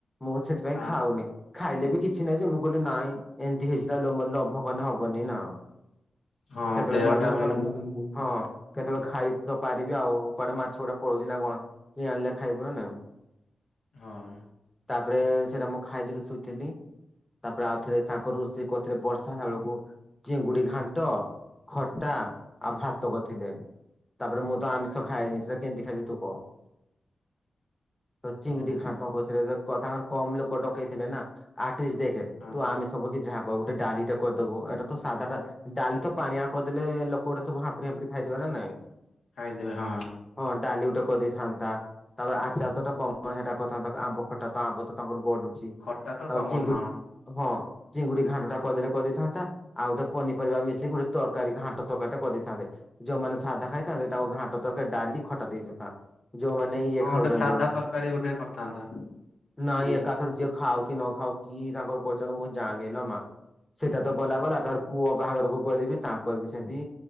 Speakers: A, on the left; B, on the left.
A: ମୁଁ ସେଥିପାଇଁ
B: ହଁ।
A: ଖାଉନି। ଖାଇଲେ ବି କିଛି ନାହିଁ ଯେ ମୁଁ କହିଲି ନାଇଁ ଏମିତି ହେଇଚି ତ ଲୋମ ଲୋଭ କଲେ ହବନି ନା।
B: ହଁ
A: କେତେବେଳେ
B: ଦେହଟା
A: ମନ
B: ମେନ୍
A: ହ
B: ମୁଁ
A: ହଁ। କେତେବେଳେ ଖାଇ ତ ପାରିବି ଆଉ କୁଆଡେ ମାଛ ଗୋଟେ ପଳଉଛି ନା କଣ କି ଆଣିଲେ ଖାଇବୁ ନା ନା।
B: ହଁ।
A: ତାପରେ ସେଇଟା ମୁଁ ଖାଇଦେଇକି ଶୋଇଥିଲି। ତାପରେ ଆଉ ଥରେ ତାଙ୍କର ରୋଷେଇ କରିଥିଲେ ବର୍ଷା ହେଲା ବେଳକୁ ଚିଙ୍ଗୁଡି ଘାଣ୍ଟ ଖଟା
B: ହଁ
A: ଆଉ ଭାତ କରିଥିଲେ। ତାପରେ ମୁଁ ତ ଆମିଷ
B: ଆଚ୍ଛା
A: ଖାଏନି। ଏରା କେମିତି ଖାଇବି ତୁ କହ? ତ ଚିଙ୍ଗଡି
B: ଓହୋ
A: ଘାଣ୍ଟ କରିଥିଲେ ତ କ ତାଙ୍କର କମ ଲୋକ ଡକେଇଥିଲେ ନା ଆର୍ଟିଷ୍ଟ ଦେଖେ
B: ହଁ
A: ତୁ
B: ହଁ
A: ଆମିଷ ବୋଲି ଯାହା କହ ଗୋଟେ ଡାଲିଟେ କରିଦୋବୁ ଏଟା ତ ସାଧା ଟା ଡାଲି ତ ପାଣିଆ କରିଦେଲେ ଲୋକଗୁଡା ସବୁ ହାମ୍ପୁଡି ହାମ୍ପୁଡି ଖାଇଦେବେ ନା ନାଇଁ।
B: ଖାଇଦେବେ ହଁ।
A: ହଁ ଡାଲି ଗୋଟେ କରିଦେଇଥାନ୍ତା ତାପରେ ଆଚାର ତ ଟ କମ ହେଟା କରିଥାନ୍ତା ଆମ୍ବ ଖଟା ତ ଆମ୍ବ ତ ତାଙ୍କର ଗଡୁଛି
B: ଖଟା ତ
A: ତାପରେ
B: କମନ
A: ଚିଙ୍ଗୁ
B: ହଁ
A: ହଁ ଚିଙ୍ଗୁଡି ଘାଣ୍ଟ ଟା କରିଦେଲେ କରିଦେଇଥାନ୍ତା ଆଉ ଗୋଟେ ପନିପରିବା ମିଶିକି ଗୋଟେ ତରକାରୀ ଘାଣ୍ଟ ତରକାରୀ ଟେ କରିଦେଇଥାନ୍ତେ। ଯୋଉମାନେ ସାଧା ଖାଇଥାନ୍ତେ ତାକୁ ଘାଣ୍ଟ ତରକାରୀ ଡାଲି ଖଟା ଦେଇଥାତା। ଯୋଉମାନେ ଇଏ
B: ହଁ
A: ଖାଉଛନ୍ତି
B: ଗୋଟେ ସାଧା ତରକାରୀ ଗୋଟେ କରିଥାନ୍ତା ନାଇଁ
A: ନାଇ
B: କି
A: ଏକାଥରେ ଯିଏ ଖାଉ କି ନ ଖାଉ କି ତାଙ୍କର କରିଛନ୍ତି ମୁଁ ଜାଣିନି ଲୋ ମା। ସେଟା ତ ଗଲା ଗଲା ତାର ପୁଅ ବାହାଘରକୁ ଗଲିବି ତାଙ୍କରବି ସେନ୍ତି